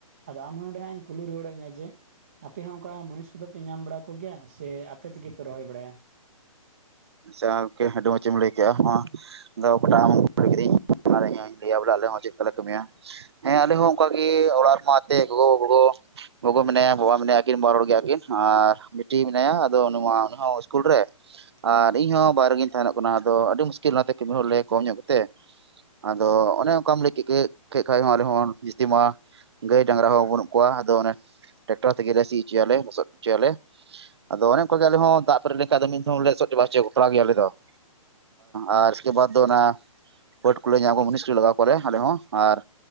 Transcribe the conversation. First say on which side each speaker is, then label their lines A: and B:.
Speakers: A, on the right; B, on the right.
A: ᱟᱫᱚ ᱟᱢᱦᱚᱸ ᱱᱚᱸᱰᱮ ᱦᱟᱸᱜ ᱤᱧ ᱠᱩᱞᱤ ᱨᱩᱣᱟᱹᱲᱮᱫ ᱢᱮᱭᱟ ᱡᱮ ᱟᱯᱮ ᱦᱚᱸ ᱚᱱᱠᱟ ᱢᱩᱱᱤᱥ ᱠᱚᱫᱚ ᱯᱮ ᱧᱟᱢ ᱵᱟᱲᱟ ᱠᱚᱜᱮᱭᱟ ᱥᱮ ᱟᱯᱮ ᱛᱮᱜᱮ ᱯᱮ ᱨᱚᱦᱚᱭ ᱵᱟᱲᱟᱭᱟ ᱾
B: <unintelligible> ᱟᱹᱰᱤ ᱢᱚᱸᱡ ᱮᱢ ᱞᱟᱹᱭ ᱠᱮᱜᱼᱟ, ᱦᱚᱸ ᱾ ᱟᱫᱚ ᱜᱚᱴᱟ <unintelligible> ᱠᱩᱞᱤ ᱠᱤᱫᱟᱹᱧ ᱟᱨ ᱤᱧ ᱦᱚᱧ ᱞᱟᱹᱭᱟ ᱵᱚᱞᱮ ᱟᱞᱮ ᱦᱚᱸ ᱪᱮᱫ ᱠᱟᱞᱮ ᱠᱟᱹᱢᱤᱭᱟ ᱾ ᱦᱮᱸ ᱟᱞᱮ ᱦᱚᱸ ᱚᱱᱠᱟᱜᱮ ᱚᱲᱟᱜ ᱨᱮᱢᱟ ᱛᱮ ᱜᱚᱜᱚ <unintelligible> ᱜᱚᱜᱚ ᱢᱮᱱᱟᱭᱟ ᱵᱟᱵᱟ ᱢᱮᱱᱟᱭᱟ ᱟᱠᱤᱱ ᱵᱟᱨ ᱦᱚᱲ ᱜᱮᱭᱟ ᱠᱤᱱ, ᱟᱨ ᱵᱤᱴᱤ ᱢᱮᱱᱟᱭᱟ ᱟᱫᱚ ᱱᱚᱣᱟ ᱩᱱᱤ ᱦᱚᱸ ᱤᱥᱠᱩᱞ ᱨᱮ ᱾ ᱟᱨ ᱤᱧᱦᱚᱸ ᱵᱟᱭᱨᱮᱜᱤᱧ ᱛᱟᱦᱮᱱᱚᱜ ᱠᱟᱱᱟ ᱟᱫᱚ ᱟᱹᱰᱤ ᱢᱩᱥᱠᱤᱞ ᱚᱱᱟᱛᱮ ᱠᱟᱹᱢᱤ ᱦᱚᱲ ᱞᱮ ᱠᱚᱢ ᱧᱚᱜ ᱛᱮ ᱟᱫᱚ ᱚᱱᱮ ᱚᱱᱠᱟᱢ ᱞᱟᱹᱭ ᱠᱮᱠᱷ ᱠᱷᱟᱡ ᱠᱟᱭ ᱦᱚ ᱟᱞᱮ ᱦᱚᱸ ᱡᱟᱹᱥᱛᱤ ᱢᱟ ᱜᱟᱹᱭ ᱰᱟᱝᱜᱨᱟ ᱦᱚᱸ ᱵᱟᱹᱱᱩᱜ ᱠᱚᱣᱟ, ᱟᱫᱚ ᱚᱱᱮ ᱴᱮᱠᱴᱚᱨ ᱛᱮᱜᱮ ᱥᱤ ᱚᱪᱚᱭᱟᱞᱮ ᱞᱚᱥᱚᱫ ᱚᱪᱚᱭᱟᱞᱮ ᱾ ᱟᱫᱚ ᱚᱱᱮ ᱚᱱᱠᱟ ᱜᱮ ᱟᱞᱮ ᱦᱚᱸ ᱫᱟᱜ ᱯᱮᱨᱮ ᱞᱮᱠᱷᱟ ᱫᱚ ᱢᱤᱫ ᱦᱚᱰ ᱞᱚᱥᱚᱫ ᱪᱟᱵᱟ ᱜᱷᱚᱯᱲᱟ ᱜᱮᱭᱟ ᱟᱞᱮ ᱫᱚ ᱾ ᱟᱨ ᱤᱥᱠᱮ ᱵᱟᱫᱽ ᱫᱚ ᱚᱱᱟ, ᱯᱟᱹᱴ ᱠᱚᱞᱮ ᱧᱟᱢ ᱚᱜ ᱢᱩᱱᱤᱥᱞᱮ ᱞᱟᱜᱟᱣ ᱠᱚᱨᱮ ᱟᱞᱮ ᱦᱚᱸ ᱟᱨ